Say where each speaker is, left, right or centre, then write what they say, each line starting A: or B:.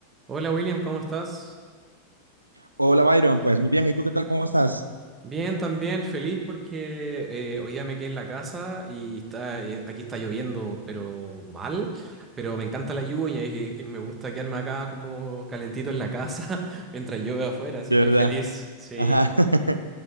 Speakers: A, on the right; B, on the right.
A: Hola William, ¿cómo estás?
B: Hola Byron, pues muy bien, ¿y tú qué tal? ¿Cómo estás?
A: Bien, también feliz porque eh, hoy día me quedé en la casa y está, eh, aquí está lloviendo, pero mal, pero me encanta la lluvia y, y me gusta quedarme acá como calentito en la casa <laughs> mientras llueve afuera,
B: De
A: así que
B: verdad,
A: feliz, sí.
B: ajá, <laughs>